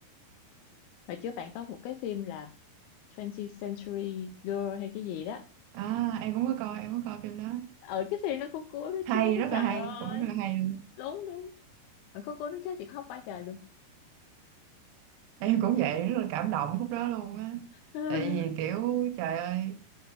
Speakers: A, on the left; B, on the right.
A: hồi trước bạn có một cái phim là 20 Century Girl hay cái gì đó
B: à em cũng có coi em có coi phim đó
A: ở cái phim nó cũng cuốn nó
B: hay
A: chết đó
B: rất
A: trời
B: là hay
A: ơi
B: cũng rất là hay luôn
A: đúng đúng mà cuối cuối nó chết thì khóc quá trời luôn
B: em cũng vậy rất là cảm động khúc đó luôn á
A: <laughs>
B: tại vì kiểu trời ơi